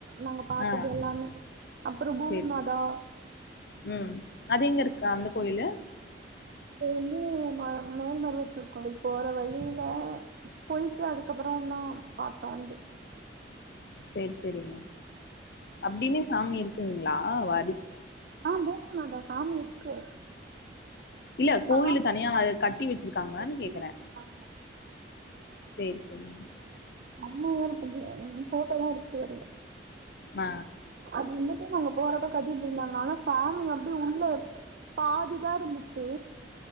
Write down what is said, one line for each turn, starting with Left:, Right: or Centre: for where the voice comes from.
Right: நாங்க பாத்தது
Left: ஆ
Right: எல்லாமே அப்றோ பூமிமாதா
Left: சேரி ம் அது எங்க இருக்கு அந்த கோயிலு
Right: அது வந்து ம மேல்மருவத்தூர் கோவில் போற வழியில போய்ட்டு அதுக்கப்புறோநதா பாத்தோ வந்து
Left: சேரி சேரிங்க அப்டினே சாமி இருக்குங்ளா ஓ அதுக்
Right: ஆ பூமிமாதா சாமி இருக்கு
Left: இல்ல கோயிலு
Right: சாமி
Left: தனியா அத கட்டி வச்சிருக்காங்ளான்
Right: கட்டி
Left: கேக்குற
Right: வச்சிருக்காங்க
Left: சேரி சேரிங்க
Right: அம்மா ஊருக்கு போய் அ ஃபோட்டோலா எடுத்துட்டு வந்த
Left: ஆ
Right: அது வந்துட்டு நாங்க போறப்ப கட்டிட்ருந்தாங்க ஆனா சாமி அப்டி உள்ள எடுத் பாதிதா இருந்துச்சு